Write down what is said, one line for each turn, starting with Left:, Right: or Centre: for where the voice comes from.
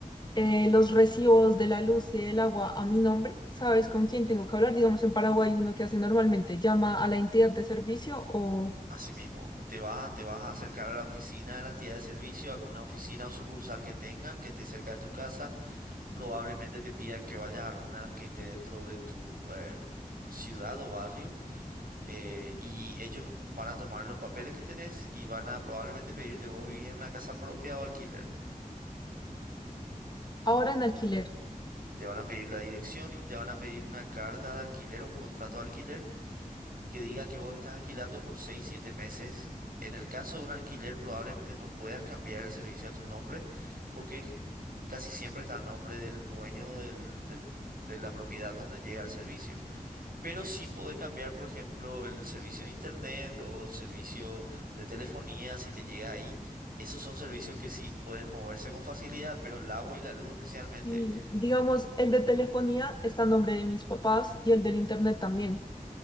Left: eh, los recibos de la luz y del agua a mi nombre? ¿Sabes con quién tengo que hablar? Digamos, en Paraguay uno que hace normalmente llama a la entidad de servicio o
Right: Asimismo, te vas, te vas a acercar a la oficina de la entidad de servicio, alguna oficina o sucursal que tengan, que esté cerca de tu casa. Probablemente te pidan que vayas a alguna que esté dentro de tu eh, ciudad o barrio. eh, y ellos van a tomar los papeles que tenés y van a probablemente pedirte, vos vivís en una casa propia o alquiler.
Left: ahora en alquiler.
Right: Te van a pedir la dirección y te van a pedir una carta de alquiler o un contrato de alquiler que diga que vos estás alquilando por 6 7 meses. En el caso de un alquiler, probablemente no puedas cambiar el servicio a tu nombre, porque casi siempre está el nombre del dueño del, del- de la propiedad donde llega el servicio. Pero sí podés cambiar, por ejemplo, el servicio de internet o el servicio de telefonía, si te llega ahí. Esos son servicios que sí pueden moverse con facilidad, pero el agua y la luz especialmente,
Left: Y digamos, el de telefonía está a nombre de mis papás y el del internet también.